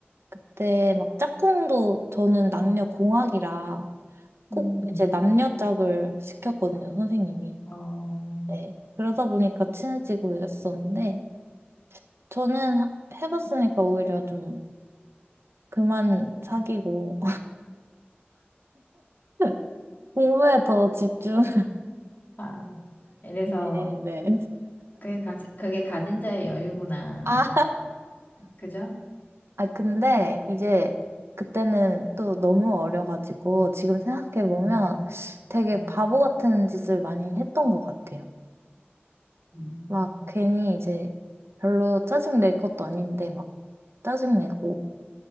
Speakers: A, on the right; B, on the left.
A: 그때 막 짝꿍도 저는 남녀 공학이라 꼭
B: 음.
A: 이제 남녀 짝을 시켰거든요, 선생님이.
B: 어,
A: 네. 그러다 보니까 친해지고 이랬었는데, 저는 하- 해봤으니까 오히려 좀 그만 사귀고, <laughs> 공부에 더 집중하는
B: 아, 이래서
A: 게, 네.
B: 그게 가, 그게 가진 자의 여유구나.
A: 아,
B: 그죠?
A: 아, 근데 이제 그때는 또 너무 어려가지고, 지금 생각해보면
B: 음,
A: 되게
B: 음,
A: 바보 같은 짓을 많이 했던 것 같아요.
B: 음.
A: 막
B: 음.
A: 괜히 이제 별로 짜증 낼 것도 아닌데, 막 짜증내고,